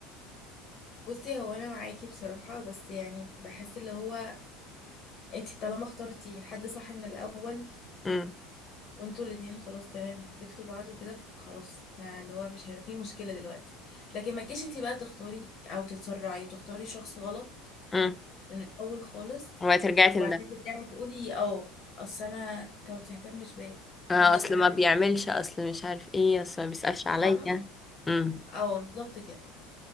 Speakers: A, on the left; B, on the left.
A: بصي هو انا معاكي بصراحة بس يعني بحس اللي هو انتي طالما اخترتي حد صح من الاول
B: امم
A: وانتوا الاتنين خلاص تمام حبيتوا بعض وكده خلاص فاللي هو مش هيبقى فيه مشكلة دلوقتي لكن ما تجيش انتي بقى تختاري او تتسرعي وتختاري شخص غلط
B: امم
A: من الاول خالص
B: وهترجعي تندمي
A: وبعد كده ترجعي تقولي اه اصل انا انت ما بتهتمش بيا انت
B: اه
A: مش
B: اصل
A: عارف
B: ما بيعملش
A: ايه
B: اصل مش عارف ايه اصل ما بيسألش عليا
A: فاهمة
B: امم
A: اه بالظبط كده